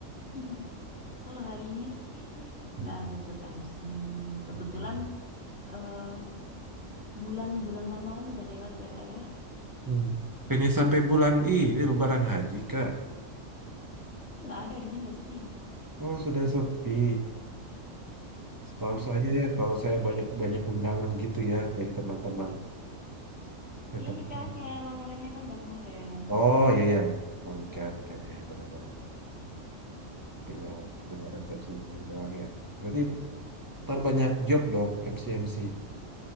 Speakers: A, on the left; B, on the right.
A: <laughs> Kalau hari ini sih
B: Hmm.
A: nggak ada job MC. Kebetulan
B: hmm.
A: eh bulan-bulan lamaran udah lewat ya kak ya.
B: Hmm. Kayaknya sampai bulan ini Lebaran Haji kak.
A: Ini Nggak ada di sini udah sepi.
B: Oh sudah sepi. Setahu
A: Udah.
B: saya ya kalau saya banyak banyak undangan gitu ya dari teman-teman. ke
A: Iya
B: teman-teman.
A: nikahnya, lamarannya kan udah kemarin.
B: Oh iya ya, ikan ikan ya benar-benar. Tinggal dengan resepsi si doang ya. Berarti terbanyak job dong MC MC.